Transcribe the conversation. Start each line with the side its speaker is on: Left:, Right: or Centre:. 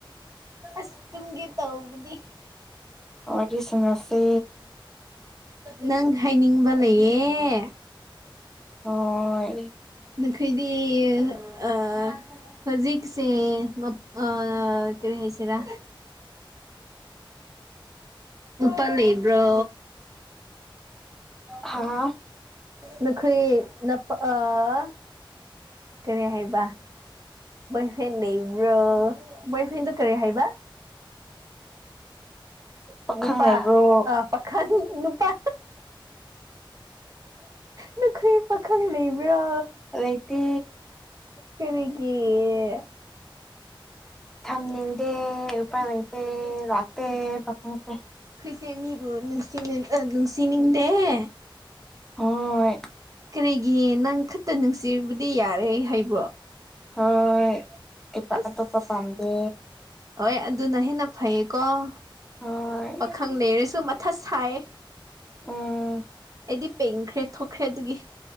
Right: ꯑꯥꯁ ꯇꯨꯝꯒꯦ ꯇꯧꯕꯅꯤ
Centre: ꯋꯥꯔꯤ ꯁꯥꯟꯅꯁꯦ
Right: ꯅꯪ ꯍꯥꯏꯅꯤꯡꯕ ꯂꯩꯌꯦꯑꯦ
Centre: ꯍꯣꯏ
Right: UNINTELLIGIBLE ꯑꯥ ꯑꯥ ꯀꯔꯤ ꯍꯥꯢꯁꯤꯔꯥ ꯅꯨꯄꯥ ꯂꯩꯕ꯭ꯔꯣ
Centre: ꯍꯥꯥ ꯍꯥꯍꯥꯎ
Right: ꯅꯈꯣꯏ ꯅꯄꯥ ꯑꯥ ꯀꯔꯤ ꯍꯥꯏꯕ ꯕꯣꯢꯐ꯭ꯔꯦꯟ ꯂꯩꯕ꯭ꯔꯣ ꯕꯣꯏ ꯐ꯭ꯔꯦꯟꯗꯣ ꯀꯔꯤ ꯍꯥꯏꯕꯑꯥ
Centre: ꯄꯥꯈꯪ
Right: ꯅꯨꯄꯥ
Centre: ꯂꯩꯕ꯭ꯔꯣ
Right: ꯑꯥ ꯄꯈꯪ ꯅꯨꯄꯥ ꯅꯈꯣꯏ ꯄꯥꯈꯪ ꯂꯩꯕ꯭ꯔꯣ
Centre: ꯂꯩꯇꯦ
Right: ꯀꯔꯤꯒꯤꯏ
Centre: ꯊꯝꯅꯤꯡꯗꯦ ꯎꯄꯥꯢ ꯂꯩꯇꯦ ꯂꯥꯛꯇꯦ ꯄꯈꯪꯈꯩ
Right: ꯁꯤ ꯃꯤꯕꯨ ꯅꯨꯡꯁꯤꯅ ꯅꯨꯡꯁꯤꯅꯤꯡ ꯗꯦꯑꯦ
Centre: ꯍꯣꯍꯣꯢ
Right: ꯀꯔꯤꯒꯤ ꯅꯪ ꯈꯛꯇ ꯅꯨꯡꯁꯤꯕꯗꯤ ꯌꯥꯔꯦ ꯍꯥꯏꯕ꯭ꯔꯣ
Centre: ꯍꯣꯏ ꯏꯄꯥ
Right: ꯑꯁ
Centre: ꯑꯇꯣꯞꯄ ꯄꯥꯝꯗꯦ
Right: ꯍꯣꯏ ꯑꯗꯨꯅ ꯍꯦꯟꯅ ꯐꯩꯌꯦꯀꯣ
Centre: ꯍꯣꯏ
Right: ꯄꯥꯈꯪ ꯂꯩꯔꯁꯨ ꯃꯊꯥ ꯁꯥꯏ ꯌꯦ
Centre: ꯎꯝ
Right: ꯑꯩꯗꯤ ꯄꯦꯟꯈ꯭ꯔꯦ ꯊꯣꯛꯈ꯭ꯔꯦ ꯑꯗꯨꯒꯤ